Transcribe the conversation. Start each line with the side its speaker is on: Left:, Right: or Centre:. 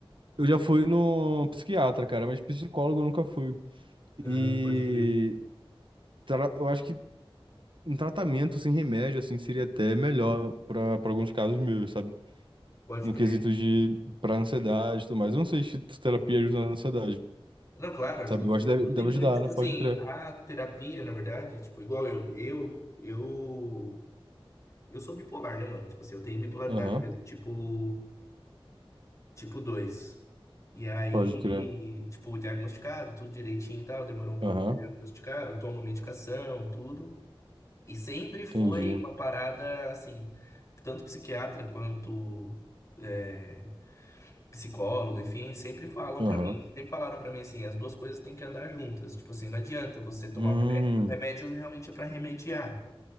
Right: eu já fui no psiquiatra, cara, mas psicólogo eu nunca fui.
Left: Ah,
Right: E
Left: pode crer,
Right: tra- eu acho que um tratamento sem remédio, assim, seria até melhor pra pra alguns casos meus, sabe?
Left: pode
Right: No
Left: crer.
Right: quesito de pra ansiedade e tudo mais. Eu não sei se terapia ajuda na ansiedade.
Left: Não, claro, ajuda,
Right: Sabe, eu acho que
Left: ajuda
Right: deve, deve
Left: e muito.
Right: ajudar,
Left: Tipo
Right: né?
Left: assim,
Right: Pode crer.
Left: a terapia, na verdade, tipo, igual eu, eu, eu, eu sou bipolar, né, mano? Tipo assim, eu tenho bipolaridade
Right: Aham,
Left: mesmo, tipo, tipo 2. E aí,
Right: pode crer.
Left: tipo, diagnosticado, tudo direitinho e tal, demorou um pouco
Right: Aham,
Left: pra diagnosticar, eu tomo medicação, tudo. E sempre foi
Right: entendi.
Left: uma parada, assim, tanto psiquiatra quanto é, psicólogos, enfim, sempre falam
Right: Aham.
Left: pra mim, sempre falaram pra mim assim, as duas coisas têm que andar juntas. Tipo assim, não adianta você tomar
Right: Hum,
Left: o remédio, o remédio realmente é pra remediar,